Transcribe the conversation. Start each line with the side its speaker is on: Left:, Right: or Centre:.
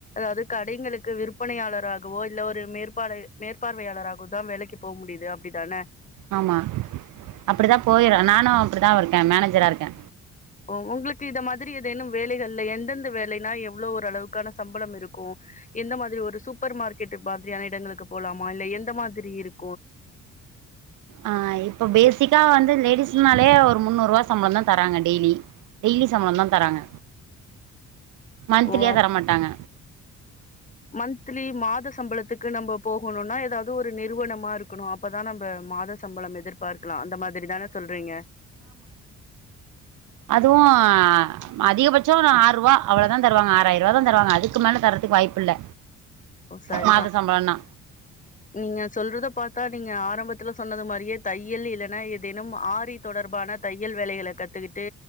Left: அது கடைங்களுக் கு விற்பனையாளராகவோ இல்ல ஒரு மேற்ப் பாழு மேற்பார்வையாளராகவுந்தா வேலைக் க்கு போ முடிது அப்டி தான
Right: ஆமா அப்டிதா போயிற நானூ அப்டிதாவுருக்கே மேனேஜரா இருக்கே
Left: ஓ உங்களுக்கித மாதிரி எத் தேனும் வேலைகள்ல எந்தெந்த வேலைனா எவ்ளவ் ஒரளவுக்கான சம்ப்ளம் இருக்கூ ஹ் எந்த மாதிரி ஒரு சூப்பர் மார்க்கெட் மாதிரியான இடங்க்ளுக்குப் போலாமா இல்ல எந்த மாதிரி இருக்
Right: ஆ இப்ப பேசிக்கா வந்து லேடிஸ்னாலே ஒ முன்னுரூவா சம்ப்ளந்தா தராங்க டெய்லி டெய்லி சம்ப்ளந்தா தராங்க மந்த்லியா
Left: ஓ அப்
Right: தரமாட்டாங்க
Left: மந்த்திலி மாதத் சம்ப்ளத்துக்கு நம்ம போகணூனா ஏதாவது ஒரு நிறுவனமா இருக்கணூ அப்பதா நம்ம மாத சம்பளம் எதிர்பார் அந்த மாதிரி தான சொல்றீங்க?
Right: அதுவும் ஆஆஹ் அதிகபட்சம் ஆறு ரூவா. அவ்ளவுதா தருவாங்க, ஆறாயிரம் ரூவா தா தருவாங்க. அதுக்கு மேல தர்றதக்கு வாய்ப்பு இல்ல.
Left: ஓ சரி
Right: மாத
Left: தா.
Right: சம்பளம்னா
Left: நீங்க சொல்றத பாத் தா நீங்க ஆரம்பத்தில சொன்னது மாரியே தையல் இல்லைன்னா, ஏதேனும் ஆரி தொடர்பான தையல் வேலைகள கத்துக்கிட்டு